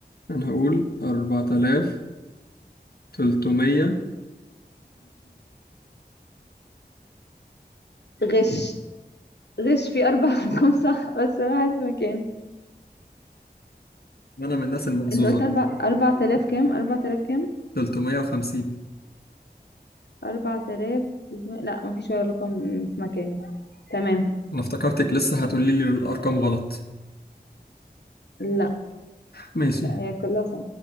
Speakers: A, on the left; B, on the left.
A: أنا هقول 4000 350
B: غش غش في أربع <laughs> أرقام صح بس أنا واحد في مكان
A: ما انا من الناس المحظوظة
B: أنت قلت أربع أربع آلاف كام أربع آلاف كام
A: 350
B: أربع آلاف لا مفيش ولا رقم في مكان تمام
A: انا افتكرتك لسه هتقولي لي الارقام غلط
B: لا
A: ماشي
B: هي كلها صح